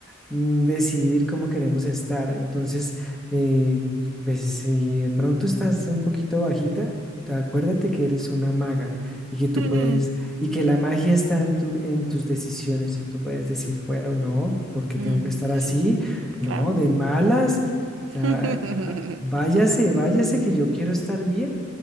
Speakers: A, in the centre; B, on the right.
A: mm, decidir cómo queremos estar. Entonces, eh, pues, si de pronto estás un poquito bajita, te- acuérdate que eres una maga y que tú
B: <laughs>
A: puedes, y que la magia está en tu, en tus decisiones y tú puedes decir, bueno, no, porque
B: mm,
A: tengo que estar así?
B: sí,
A: No,
B: claro.
A: de malas. O sea,
B: <laughs>
A: váyase, váyase que yo quiero estar bien.